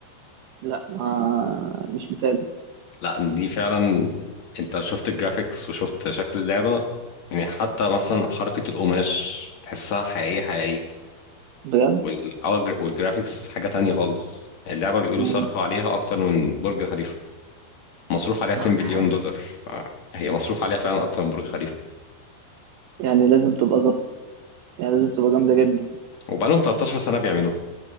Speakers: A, on the right; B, on the left.
A: لا ما مش بتاع
B: لا دي فعلا انت شفت الجرافيكس وشفت شكل اللعبة يعني حتى مثلا حركة القماش تحسها حقيقية حقيقية
A: بجد
B: وال... اه، والجرافيكس حاجة تانية خالص اللعبة بيقولوا
A: مم.
B: صرفوا عليها أكتر من برج خليفة مصروف عليها 2
A: <laughs>
B: بليون دولار فهي مصروف عليها فعلا اكتر من برج خليفه
A: يعني لازم تبقى ظابطة يعني لازم تبقى جامدة جدا
B: وبقالهم 13 سنه بيعملوها